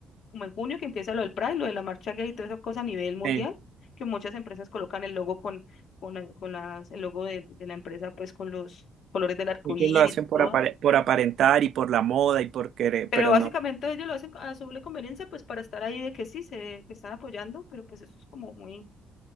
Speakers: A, on the left (about 70°); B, on the right (about 70°).
A: como en junio que empieza lo del Pride, lo de la marcha gay y todas esas cosas a nivel mundial,
B: Eh,
A: que muchas empresas colocan el logo con, con, la- con las, el logo de, de la empresa pues con los colores del arco
B: muchos
A: iris
B: lo hacen
A: y
B: por
A: todo.
B: apare- por aparentar y por la moda y por querer,
A: Pero
B: pero
A: básicamente
B: no.
A: ellos lo hacen a su doble conveniencia pues para estar ahí de que sí, se, que están apoyando, pero pues eso es como muy,